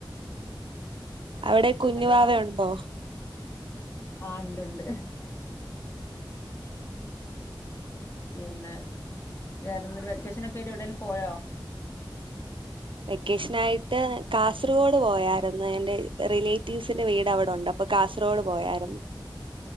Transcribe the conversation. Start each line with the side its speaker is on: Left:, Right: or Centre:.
Right: അവിടെ കുഞ്ഞുവാവ
Left: ഹലോ
Right: ഉണ്ടോ
Left: ആഹ് ഉണ്ട്ണ്ട് പിന്നെ വേറെന്തരു വെക്കേഷനൊക്കെ ആയിട്ട് എവിടെങ്കിലും പോയോ
Right: വെക്കേഷനായിട്ട് കാസർഗോഡ് പോയാരുന്നു എന്റെ റിലേറ്റീവ്സിന്റെ വീട് അവിടെണ്ട് അപ്പൊ അപ്പൊ കാസർഗോഡ് പോയാരുന്നു